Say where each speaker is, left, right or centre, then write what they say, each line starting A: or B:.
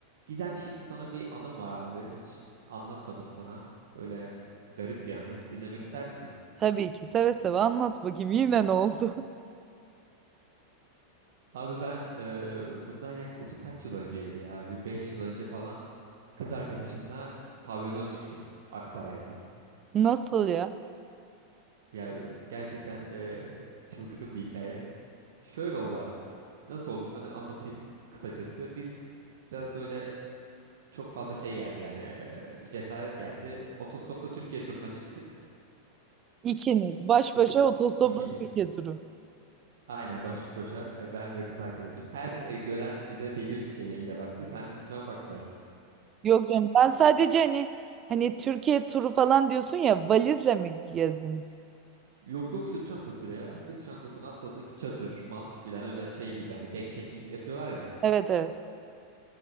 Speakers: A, on the right (about 60°); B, on the right (about 25°).
A: Gizem şimdi sana bir anım var abi. Hiç anlatmadım sana. Böyle e, garip bir anı. Dinlemek ister misin?
B: Tabii ki seve seve anlat bakayım yine ne oldu?
A: Abi ben e, bundan yaklaşık kaç yıl önceydi ya? Bir 5 yıl önce falan kız arkadaşımla pavyona düştüm Aksaray'da.
B: <laughs> Nasıl ya?
A: Ya gerçekten e, çılgın bir hikaye. Şöyle oldu abi. Nasıl oldu sana anlatayım kısacası. Biz biraz böyle çok fazla şey geldi yani e, cesaret geldi. Otostopla Türkiye turuna çıktık.
B: İkiniz baş
A: Biz
B: başa otostopla
A: ikimiz.
B: Türkiye turu.
A: Aynen baş başa e, ben ve kız arkadaşım. Her e, gören bize deli şeyiyle baktı. Sen lütfen bakma.
B: Yok canım ben sadece hani hani Türkiye turu falan diyorsun ya valizle mi gezdiniz?
A: Yok yok sırt çantasıyla ya. Sırt çantasını atladık. Çadır, mat filan öyle şey gibi. Hani backpacking yapıyorlar ya.
B: Evet evet